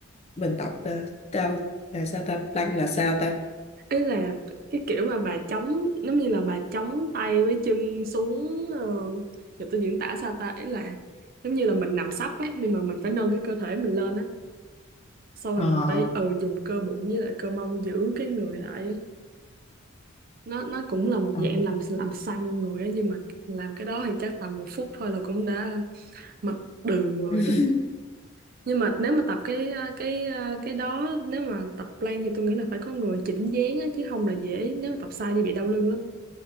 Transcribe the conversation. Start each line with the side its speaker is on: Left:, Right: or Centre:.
Left: mình tập ờ, tao là sao ta plank là sao ta
Right: ý là cái kiểu mà bà chống giống như là bà chống tay với chân xuống ờ, giờ tôi diễn tả sao ta ý là giống như là mình nằm sấp á nhưng mà mình phải nâng cái cơ thể mình lên á xong rồi
Left: ờ
Right: mình phải ừ dùng cơ bụng với lại cơ mông giữ cái người lại á. nó nó cũng là một
Left: ờ.
Right: dạng làm làm săn người á nhưng mà làm cái đó thì chắc tầm một phút thôi là cũng đã mệt đừ người
Left: <laughs>
Right: rồi nhưng mà nếu mà tập cái ờ, cái ờ, cái đó nếu mà tập plank thì tôi nghĩ là phải có người chỉnh dáng á, chứ không là dễ nếu mà tập sai thì bị đau lưng lắm